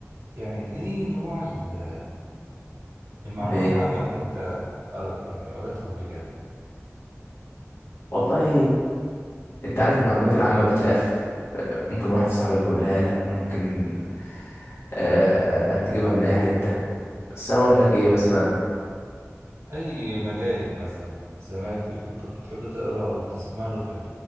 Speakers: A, on the right; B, on the left.
A: يعني ايه نوع ال- المعلومات
B: ليه
A: العامه اللي انت قر... يعني قريتها قبل كده
B: والله انت عارف المعلومات العامه بتلاقيها في- ممكن واحد صاحبك يقولها لك ممكن آه... تجيبها من اي حته بس انا اقول لك ايه مثلا
A: اي مجال مثلا سمعت كنت بتحب تقرا او تسمع له في ال...